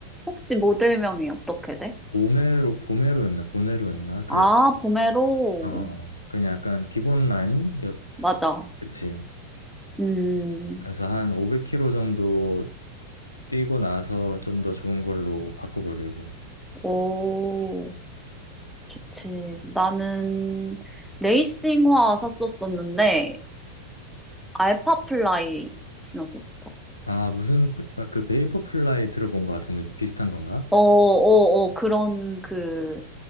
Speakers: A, in the centre; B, on the left (about 85°).
A: 혹시 모델명이 어떻게 돼?
B: 보메로, 보메로였나? 보네로였나? 그랬,
A: 아, 보메로.
B: 어, 그냥 약간 기본 라인이었,
A: 맞아.
B: 그치.
A: 음,
B: 그래서 한 500km 정도 뛰고 나서 좀 더 좋은 걸로 바꿔보려고.
A: 오, 좋지. 나는 레이싱화 샀었었는데, 알파플라이 신었었어.
B: 아, 무슨, 플- 아, 그 베이퍼 플라이 들어본 것 같은데 비슷한 건가?
A: 어, 어, 어, 그런 그,